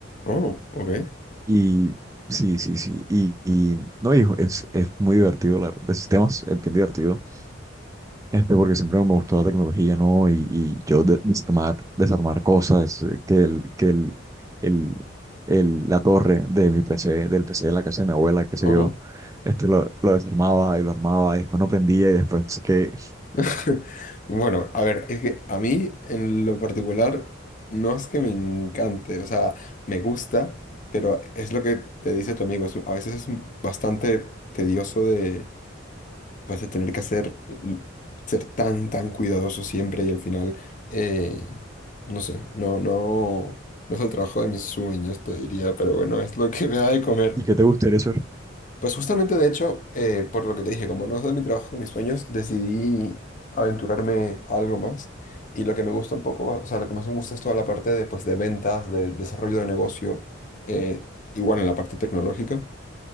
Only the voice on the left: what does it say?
Oh, ok.
Ajá.
<laughs> Bueno, a ver, es que a mí en lo particular no es que me encante, o sea, me gusta, pero es lo que te dice tu amigo, es un- a veces es un- bastante tedioso de, pues, de tener que hacer, l- ser tan, tan cuidadoso siempre y al final, eh, no sé, no, no, no es el trabajo de mis sueños, te diría, pero bueno, es lo que me da de comer.
Pues justamente, de hecho, eh, por lo que te dije, como no es de mi trabajo, de mis sueños, decidí aventurarme a algo más. Y lo que me gusta un poco, o sea, lo que más me gusta es toda la parte de, pues, de ventas, de desarrollo de negocio, eh, igual en la parte tecnológica,